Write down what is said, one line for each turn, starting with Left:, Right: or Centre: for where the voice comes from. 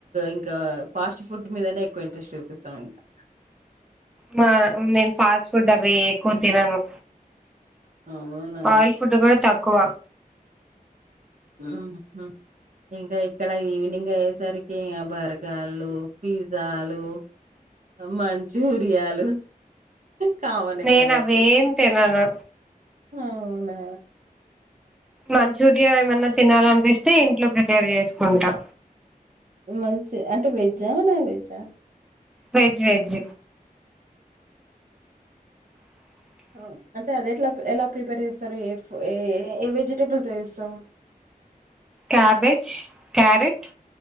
Right: ఇంకా ఫాస్ట్ ఫుడ్ మీదనే ఎక్కువ ఇంట్రెస్ట్ చూపిస్తాం ఇంకా
Centre: మా నేను ఫాస్ట్ ఫుడ్ అవి ఎక్కువ తినను
Right: అవునా!
Centre: ఆయిల్ ఫుడ్ కూడా తక్కువ
Right: ఉమ్మ్ ఇంకా ఇక్కడ ఈవినింగ్ అయ్యేసరికి బర్గార్లు పిజ్జాలు మంచూరియాలు కామనే
Centre: నేను
Right: కదండి
Centre: అవేం తినను
Right: అవునా
Centre: మంచూరియా ఏమన్నా తినాలనిపిస్తే ఇంట్లో ప్రిపేర్ చేసుకుంటా
Right: మంచ్ అంటే వెజ్ నాన్ వెజ్ ఆ
Centre: వెజ్ వెజ్ <inaudible>
Right: ఆ అంటే అది ఎట్లా ఎలా ప్రిపేర్ చేస్తారు ఏ ఏ ఏ వెజిటేబుల్ చేస్తావు
Centre: క్యాబేజ్ క్యారెట్